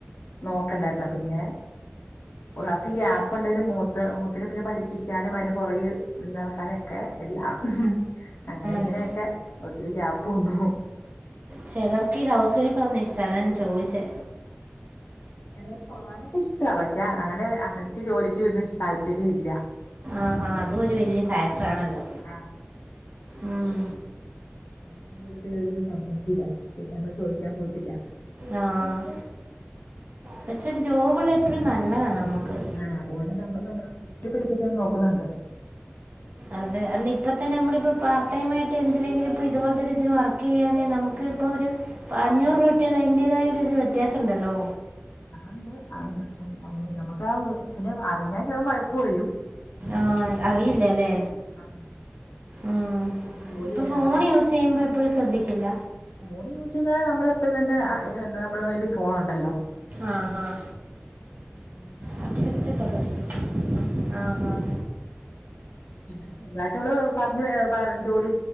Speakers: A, on the left; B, on the right.
A: നോക്കണ്ടെ എന്നാ പിന്നെ ഒരാൾക്ക് ഗ്യാപ്പ് ഉണ്ടേലും മൂത്ത മൂത്തിനെ പിന്നെ പഠിപ്പിക്കാനും അതിന്റെ പുറകിൽ നടക്കാനും ഒക്കെ എല്ലാം അങ്ങനെ ഇങ്ങനെയൊക്കെ
B: ആ,
A: ഒത്തിരി ഗ്യാപ്പ് വന്നു
B: ചെലർക്ക് ഈ ഹൗസ് വൈഫ് ആവുന്ന ഇഷ്ടാ അതാ ഞാൻ ചോയ്ച്ചേ
A: എനിക്ക് പോകാനൊക്കെ ഇഷ്ടാ പക്ഷെ അങ്ങനെ അണ്ണച്ചിക്ക് ജോലിക്ക് വിടുന്ന താല്പര്യം ഇല്ല
B: ആഹാ അതും ഒരു വല്യ ഫാക്ടർ ആണല്ലോ
A: ആഹ്
B: ഉം
A: <inaudible> സമ്മയ്ക്കില്ല പിന്നെ നമ്മള് ചോയ്ക്കാൻ പോയിട്ടില്ല
B: ആഹ് പക്ഷെ ഒരു ജോബുള്ള എപ്പഴും നല്ലതാ നമുക്ക്
A: ആ അതുകൊണ്ട് നമ്മള് നമ്മളെ കുട്ടിയെ പടിപ്പിക്കാൻ നോക്കുന്നുണ്ട്
B: അതെ അല്ല ഇപ്പ തന്നെ നമ്മടെ ഇപ്പ പാർട്ട് ടൈംയിട്ട് എന്തിലെങ്കിലും ഇപ്പം ഇതുപോലത്തൊരു ഇതിൽ വർക്ക് ചെയ്യുകയാണെ നമു ക്ക് ഇപ്പോ ഒരു അഞ്ഞൂറ്
A: ആഹ്
B: രൂപ കിട്ടിയാലും അയ്ന്റേതായ ഒരു ഇത് വ്യത്യാസം ഇണ്ടല്ലോ
A: ഉണ്ട് ആഹ് നമുക്ക് ആ പിന്നെ അറിഞ്ഞാൽ ചിലപ്പം വഴക്ക് പറയും
B: ആഹ് അറിയില്ലല്ലേ
A: ആഹ്
B: ആഹ്
A: ആഹ് ജോലി
B: ഇപ്പൊ
A: ചെയ്യാൻ
B: ഫോൺ യൂസ് ചെയ്യുമ്പോ എപ്പഴും ശ്രദ്ധിക്കില്ല
A: ഫോൺ യൂസ് ചെയ്യുന്നൽ നമ്മള എപ്പഴും തന്നെ എന്താ നമ്മളെ കയ്യില് ഫോൺ ഉണ്ടല്ലോ
B: ആഹ് ആഹ്
A: അതുകൊണ്ട്
B: അത് <unintelligible>
A: ഒരു കുഴപ്പമില്ല
B: ആഹ് ആഹ്
A: പിന്നെ ചോ ചെറുതായിട്ട് നമ്മള് പറഞ്ഞ ജോലി